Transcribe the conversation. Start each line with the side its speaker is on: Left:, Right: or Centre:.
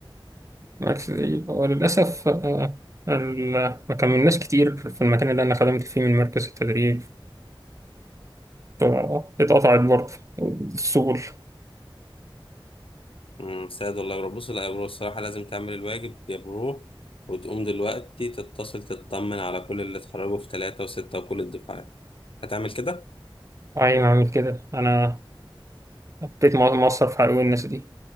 Right: بس- وللأسف آه، ال- ما كملناش كتير في المكان اللي أنا خدمت فيه من مركز التدريب ف- اتقطعت برضه السبل
Left: امم سعد والله يا برو بص لا يا برو الصراحه لازم تعمل الواجب يا برو وتقوم دلوقتي تتصل تطمن على كل اللي اتخرجوا في ثلاثة وستة وكل الدفعات هتعمل كده
Right: أي ما أعمل كده أنا بقيت مقصر في حقوق الناس دي